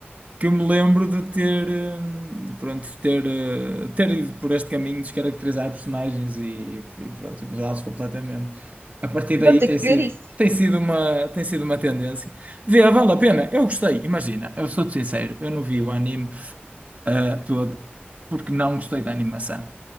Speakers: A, on the right; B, on the right.
A: que eu me lembro de ter, hum, de, pronto, de ter, eh, ter ido por este caminho, de descaracterizar personagens e, e pronto, e mudá-los completamente. A partir daí
B: Vou ter
A: tem
B: que
A: sido,
B: ver isso.
A: tem sido uma, tem sido uma tendência. Vê, vale a pena, eu gostei, imagina, eu sou-te sincero, eu não vi o anime, eh, todo, porque não gostei da animação.